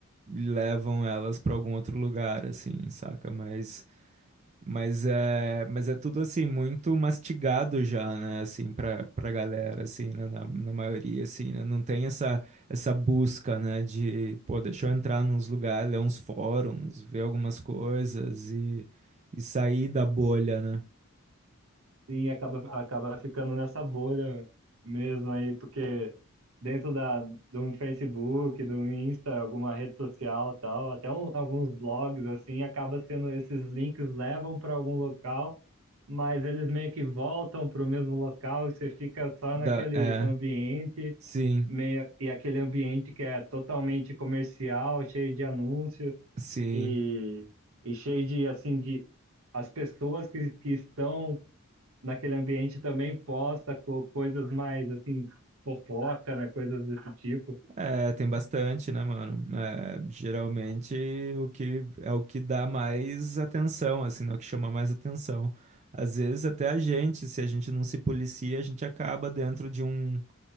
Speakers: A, on the right; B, on the right.
A: levam elas pra algum outro lugar, assim, saca? Mas, mas é, mas é tudo assim muito mastigado já, né? Assim, pra, pra galera, assim, né? Na, na maioria, assim, né? Não tem essa essa busca, né? De, pô, deixa eu entrar nos lugares, ler uns fóruns, ver algumas coisas e e sair da bolha, né?
B: Sim, acaba, acaba ficando nessa bolha mesmo aí, porque dentro da, de um Facebook, do um Insta, alguma rede social tal, até um- alguns blogs, assim, acaba sendo, esses links levam para algum local, mas eles meio que voltam para o mesmo local e você fica só
A: Da,
B: naquele
A: é,
B: ambiente
A: sim,
B: meio, e aquele ambiente que é totalmente comercial, cheio de anúncio,
A: sim.
B: e, e cheio de, assim, de as pessoas que, que estão naquele ambiente também posta co coisas mais, assim, fofoca, né? Coisas desse tipo.
A: É, tem bastante, né, mano? É, geralmente o que é o que dá mais atenção, assim, né? O que chama mais atenção. Às vezes até a gente, se a gente não se policia, a gente acaba dentro de um